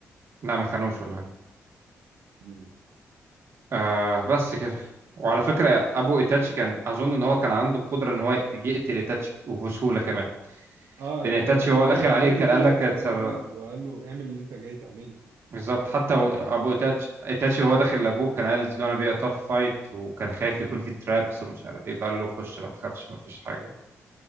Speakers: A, on the right; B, on the right.
A: لا ما خانوش ولا حاجه
B: مم.
A: آه بس كده وعلى فكره ابو ايتاتشي كان اظن ان هو كان عنده القدره ان هو يقتل ايتاتشي وبسهوله كمان
B: اه
A: لان
B: لانه
A: ايتاتشي هو
B: قال
A: داخل
B: له
A: عليه
B: قال
A: كان
B: له دو
A: قال لك
B: وات
A: هتسر-
B: يو جارا دو وقال له اعمل اللي انت جاي تعمله
A: بالظبط حتى هو-
B: احنا
A: ابو ايتاتشي ايتاتشي هو داخل لابوه كان قال اتس جونا بي ا تاف فايت وكان خايف يكون في ترابس ومش عارف ايه فقال له خش ما تخافش ما فيش حاجه